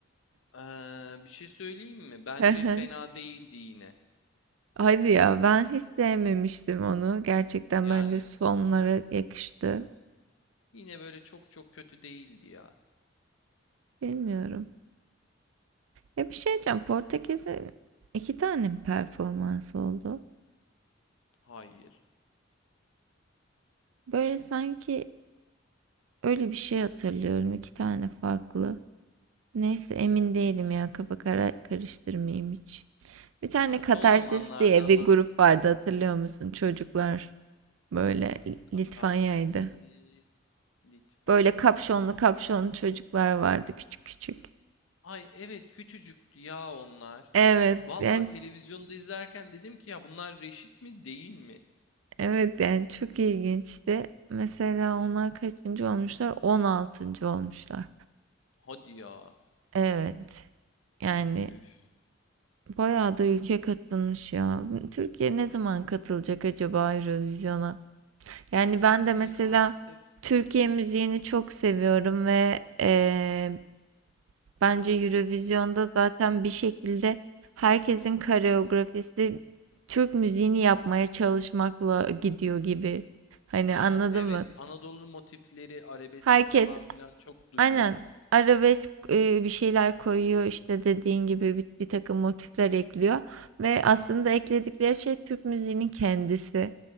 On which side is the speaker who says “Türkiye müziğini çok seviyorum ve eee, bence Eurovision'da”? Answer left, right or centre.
Right